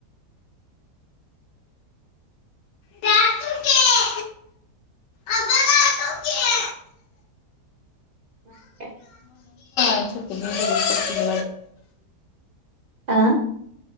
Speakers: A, on the left (about 90°); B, on the right (about 55°).
A: दाटुके. आबा दाटुके.
B: मा ते
A: व
B: आं